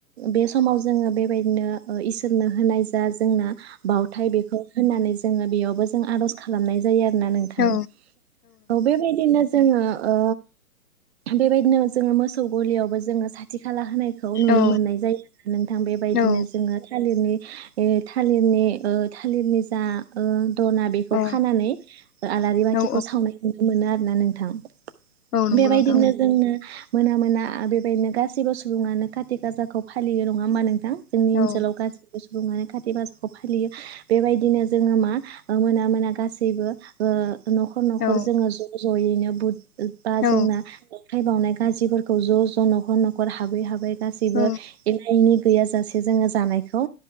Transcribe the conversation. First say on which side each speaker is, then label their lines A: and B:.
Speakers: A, on the right; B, on the left.
A: बे समाव जोङो बेबायदिनो ओ इसोरनो होनाय जा जोंना बावथाय बेखौ होननानै जोङो बेयावबो जों आर'ज खालामनाय जायो आरोना नोंथां।
B: औ
A: औ बेबायदिनो जोङो ओ बेबायदिनो जोङो मोसौ गलियावबो जोङो साथि खाला होनाय खौ नुनो
B: औ
A: मोननाय जायो नोंथां बेबायदिनो
B: औ
A: जोङो थालिरनि ए थालिरनि ओ थालिरनि जा ओ दना बेखौ
B: औ
A: खानानै आलारि बाथिखौ
B: औ
A: सावनाय नुनो मोनो आरोना नोंथां।
B: औ नंगौ
A: बेबायदिनो
B: नोंथां
A: जोंनो मोना मोना बेबायदिनो गासैबो सुबुङानो खाथि गाजाखौ फालियो नङा होमबा नों थां? जोंनि ओनसोलाव
B: औ
A: गासैबो सुबुंङानो खाति गासाखौ फालियो। बेबायदिनो जोङो मा ओ मोना मोना गासैबो ओ न'ख'र न'ख'र
B: औ
A: जोङो ज' ज'यैनो बुद बा
B: औ
A: जोंना अखाइ बावनाय गाजिफोरखौ ज' ज' न'ख'र न'ख'र हाबै हाबै गासैबो
B: औ
A: एना एनि गैयाजासे जोङो जानायखौ